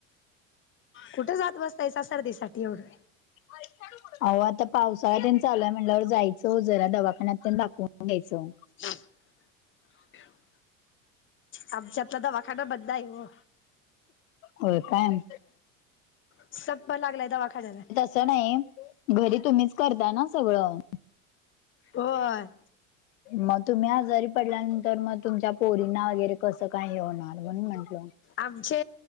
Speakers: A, on the left; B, on the left.
A: कुठे जात बसतायचा सर्दी साठी एवढं.
B: आय फूट. होव आता पावसाळ्यांत चालूंय म्हणल्यावर जायचं हो जरा दवाखान्यात पणं दाखवून घ्यायचं.
A: ह <unintelligible> आमच्यातला दवाखाना बंद आहे ओ
B: होय काय?
A: संप लागलाय दवाखान्या म
B: असं नाहीं घरी तुम्हीचं करतां नां सगळं.
A: होय
B: मग तुम्ही आजारी पडल्यानंतर मग तुमच्या पोरींना वगैरे कसं काय हे होणार म्हणून म्हंटलं.
A: आमचे